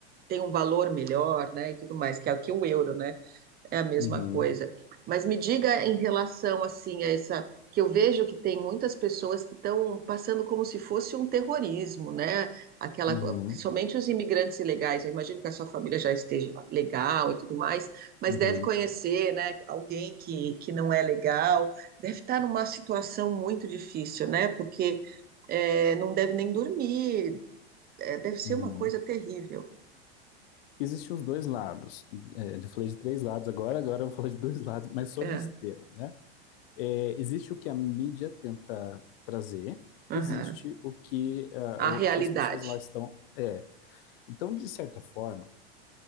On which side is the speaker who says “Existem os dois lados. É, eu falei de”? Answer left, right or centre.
Left